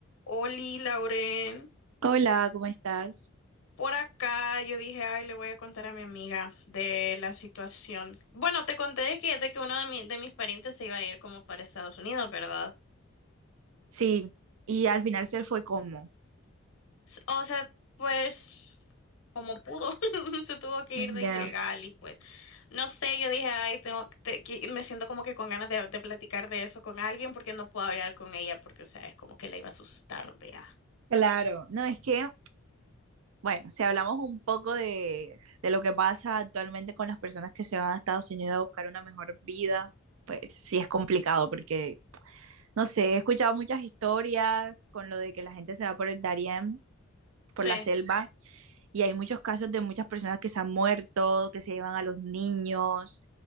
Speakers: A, on the left; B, on the right.
A: Oli, Lauren,
B: Hola, ¿cómo estás?
A: por acá yo dije, ay, le voy a contar a mi amiga de la situación. Bueno, te conté de que, de que uno de, mi- de mis parientes se iba a ir como para Estados Unidos, ¿verdad?
B: Sí, y al final se fue como.
A: S- O sea, pues como pudo, <laughs> se tuvo que
B: Ya.
A: ir de ilegal y pues, no sé, yo dije, ay, tengo, te- que- me siento como que con ganas de, de platicar de eso con alguien porque no puedo hablar con ella porque, o sea, es como que la iba a asustar, vea.
B: Claro, no es que, bueno, si hablamos un poco de, de lo que pasa actualmente con las personas que se van a Estados Unidos a buscar una mejor vida, pues sí es complicado porque, no sé, he escuchado muchas historias con lo de que la gente se va por el Darién, por
A: Sí.
B: la selva, y hay muchos casos de muchas personas que se han muerto, que se llevan a los niños